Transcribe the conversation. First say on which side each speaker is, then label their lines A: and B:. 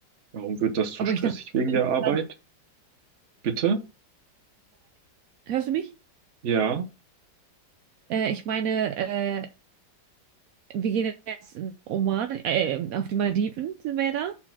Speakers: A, on the right (about 50°); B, on the right (about 70°).
A: Warum wird das zu
B: Aber
A: stressig?
B: ich dachte,
A: Wegen der Arbeit?
B: dann,
A: Bitte?
B: Hörst du mich?
A: Ja,
B: Äh, ich meine, äh, wir gehen jetzt in Oman, äh, auf die Malediven sind wir ja da.